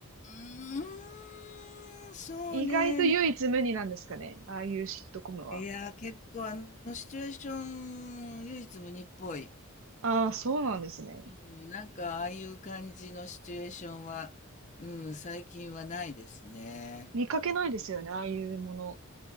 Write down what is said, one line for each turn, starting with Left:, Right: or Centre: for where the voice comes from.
Left: うーん、そうね。
Right: 意外と唯一無二なんですかね。ああいうシットコムは。
Left: いや、結構あのシチュエーション、唯一無二っぽい。
Right: ああ、そうなんですね。
Left: うん、なんかああいう感じのシチュエーションは、うん、最近はないですね。
Right: 見かけないですよね、ああいうもの。